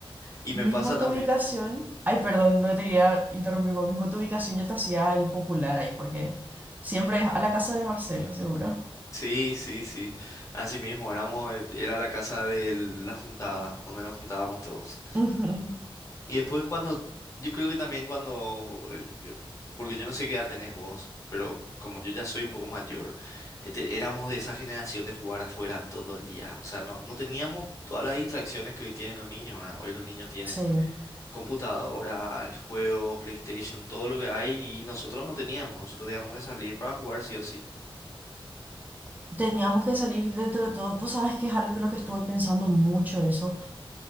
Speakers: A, on the left; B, on the right.
A: Y me
B: Mismo
A: pasa también,
B: tu ubicación. Ay, perdón, no te quería interrumpir, pero mismo tu ubicación yo te hacía el popular ahí, porque siempre es a la casa de Marcelo, seguro.
A: sí, sí, sí, así mismo, éramos, el- era la casa de la juntada, donde nos juntábamos todos.
B: Ujú.
A: Y después cuando, yo creo que también cuando, eh, eh, porque yo no sé qué edad tenés vos, pero como yo ya soy un poco mayor, este, éramos de esa generación de jugar afuera todo el día. O sea, no, no teníamos todas las distracciones que hoy tienen los niños. Ahora, hoy los niños tienen
B: Sí.
A: computadora, eh, juegos, PlayStation, todo lo que hay, y nosotros no teníamos. Nosotros teníamos que salir para jugar sí o sí,
B: Teníamos que salir dentro de todo. Vos sabés que es algo en lo que estuve pensando mucho eso.